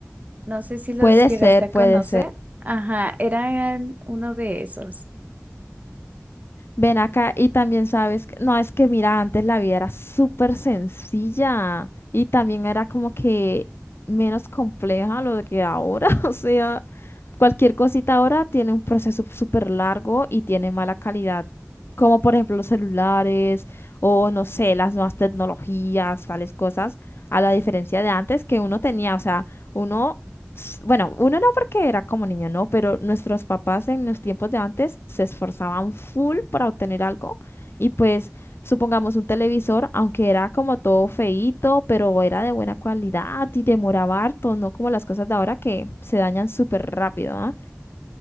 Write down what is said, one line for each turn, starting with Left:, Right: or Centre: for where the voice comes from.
Right: No sé si los
Left: Puede
Right: llegaste
Left: ser,
Right: a
Left: puede
Right: conocer.
Left: ser.
Right: Ajá, eran uno de esos.
Left: Ven acá y también sabes que, no, es que mira, antes la vida era súper sencilla y también era como que menos compleja lo que ahora, <laughs> o sea, Cualquier cosita ahora tiene un proceso súper largo y tiene mala calidad, como por ejemplo los celulares o no sé, las nuevas tecnologías, tales cosas, a la diferencia de antes que uno tenía, o sea, uno, s- bueno, uno no porque era como niño, no, pero nuestros papás en los tiempos de antes se esforzaban full para obtener algo y pues supongamos un televisor, aunque era como todo feíto, pero era de buena calidad y demoraba harto, no como las cosas de ahora que se dañan súper rápido, ¿ah?